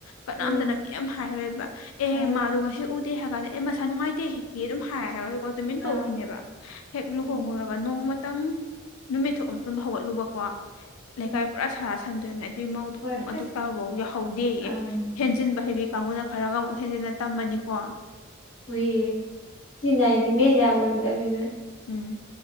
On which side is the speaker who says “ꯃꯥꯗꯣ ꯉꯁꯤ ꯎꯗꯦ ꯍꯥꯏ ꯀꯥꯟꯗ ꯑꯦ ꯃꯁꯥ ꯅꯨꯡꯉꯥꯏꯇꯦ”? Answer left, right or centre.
Left